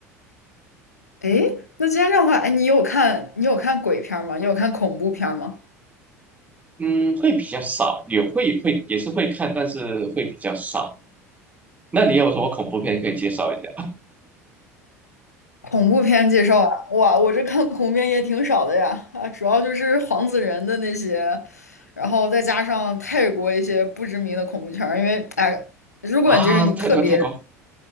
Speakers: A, on the left; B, on the right.
A: 诶，那既然这样的话，哎，你有看你有看鬼片儿吗？你有看恐怖片儿吗？
B: 嗯，会比较少，有会会也是会看，但是会比较少。那你有什么恐怖片可以介绍一下？
A: 恐怖片介绍啊，哇，我这看恐怖片也挺少的呀，啊，主要就是黄子仁的那些，然后再加上泰国一些不知名的恐怖片儿，因为哎，如果就是你特别
B: 啊，泰国泰国